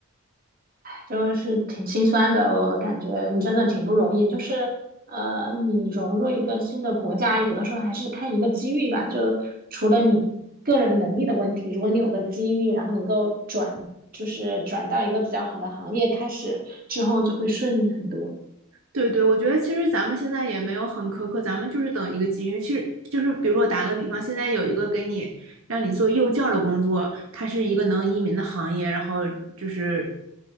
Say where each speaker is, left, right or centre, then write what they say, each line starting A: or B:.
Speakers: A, on the right; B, on the right.
A: 就是挺心酸的。我感觉你真的挺不容易，就是呃，你融入一个新的国家，有的时候还是看一个机遇吧。就除了你个人能力的问题，如果你有个机遇，然后能够转，就是转到一个比较好的行业开始之后，就会顺利很多。
B: 对对，我觉得其实咱们现在也没有很苛刻，咱们就是等一个机遇。其实就是比如说打个比方，现在有一个给你让你做幼教的工作，它是一个能移民的行业，然后就是，